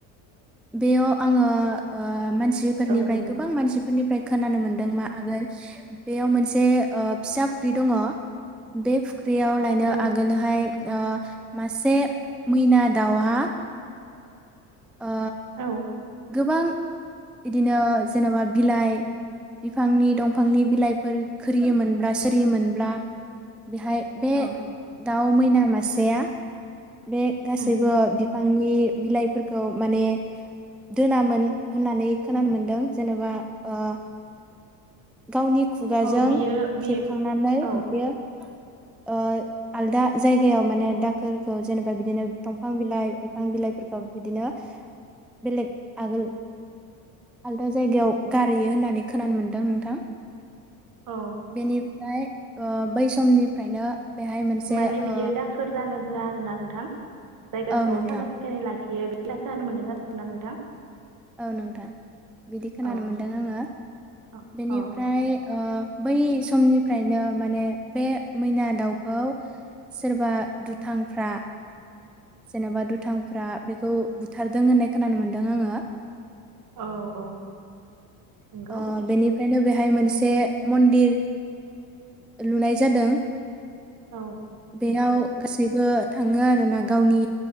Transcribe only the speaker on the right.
औ नंगौ
औ
औ
औ
उम
अ बियो बियो
औ
औ
माने बियो
दाखोर जानो होआ आरो ना नोंथां। जायगाखौ
साखोन सिखोन लाखि खियो बि खोनानो नो मोन्दों आरो ना नोंथां।
औ
औ
औ
औ औ। नंगौ
औ नंगौ